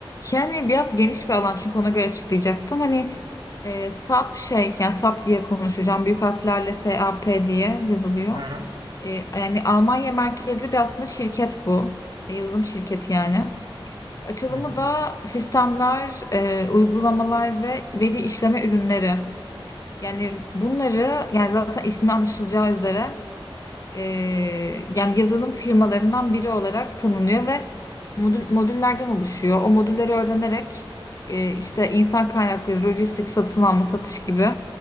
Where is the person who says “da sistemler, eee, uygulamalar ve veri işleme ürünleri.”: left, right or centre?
Left